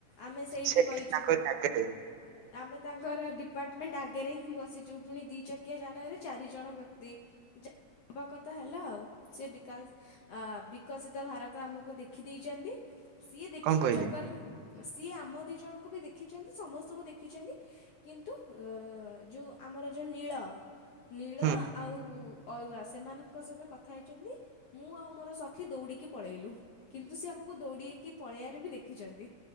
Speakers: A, on the left; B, on the right.
A: ଆମେ ସେଇଠି
B: ସେ
A: ବଇଛୁୁ।
B: ତାଙ୍କରି ଆଗରେ
A: ଆମେ ତାଙ୍କର ଡିପାର୍ଟମେଣ୍ଟ ଆଗରେ ହିଁ ବସିଛୁ ପୁଣି ଦି ଚକିଆ ଯାନରେ ଚାରି ଜଣ ବ୍ୟକ୍ତି। ଯା ନବକତ ହେଲା ଆଉ ସେ ବିକା ବିକଶିତ ଭାରତ ଆମକୁ ଦେଖିଦେଇଛନ୍ତି। ସିଏ ଦେଖିବା
B: କଣ କହିଲେ
A: ଚକରରେ ସିଏ ଆମ ଦି ଜଣଙ୍କୁ ବି ଦେଖିଛନ୍ତି ସମସ୍ତଙ୍କୁ ଦେଖି ରଖିଛନ୍ତି କିନ୍ତୁ ଯେଉଁ ଆମର ଯେଉଁ ନୀଳ ନିଳ
B: ହୁଁ।
A: ଆଉ ଅଆ ସେମାନଙ୍କ ସହିତ କଥା ହେଇଛନ୍ତି ମୁଁ ଆଉ ମୋର ସଖୀ ଦୌଡିକି ପଳେଇଲୁ କିନ୍ତୁ ସେ ଆମ ଆମକୁ ଦୌଡ଼କି ପଳେଇବାରେ ବି ଦେଖିଛନ୍ତି